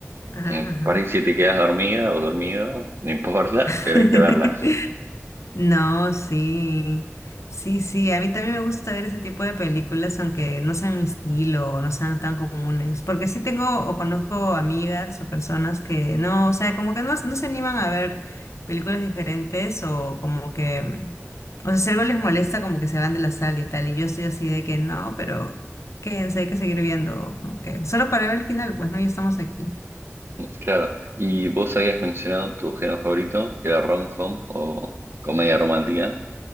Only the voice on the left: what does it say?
Ajá,
ajá.
<laughs>
No, sí. Sí, sí. A mí también me gusta ver ese tipo de películas, aunque no sean mi estilo o no sean tan comunes. Porque sí tengo o conozco amigas o personas que no, o sea, como que no, no se animan a ver películas diferentes o como que. mm, O sea, si algo les molesta, como que se van de la sala y tal. Y yo estoy así de que no, pero quédense, hay que seguir viendo. Como que solo para ver el final, pues no, ya estamos aquí.